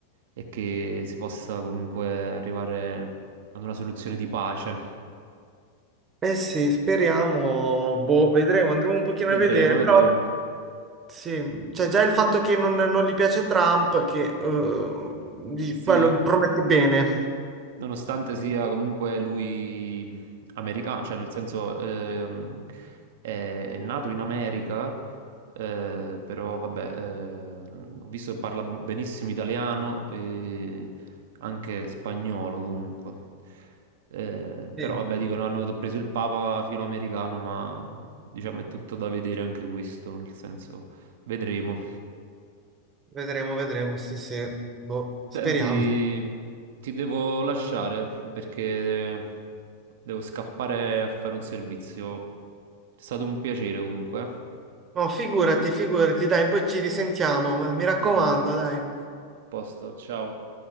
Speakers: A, on the right; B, on the right.
A: e che si possa comunque arrivare ad una soluzione di pace.
B: Eh sì, speriamo, boh, vedremo, andremo un pochino
A: Vedremo,
B: a vedere,
A: vedremo.
B: però Sì, cioè già il fatto che non, non gli piace Trump, che eh, di-
A: Sì,
B: quello promette bene.
A: Nonostante sia comunque lui americano, cioè nel senso ehm, è, è nato in America, eh, però vabbè, ehm, ho visto che parla benissimo italiano e anche spagnolo comunque. Eh, però
B: Sì,
A: vabbè, dicono hanno preso il Papa filoamericano, ma diciamo è tutto da vedere anche questo, nel senso vedremo.
B: vedremo, vedremo, sì, sì, boh, speriamo.
A: Senti, ti devo lasciare perché devo scappare a fare un servizio. È stato un piacere comunque.
B: No, figurati, figurati, dai, poi ci risentiamo, ma mi raccomando,
A: Mm.
B: dai.
A: Posto, ciao.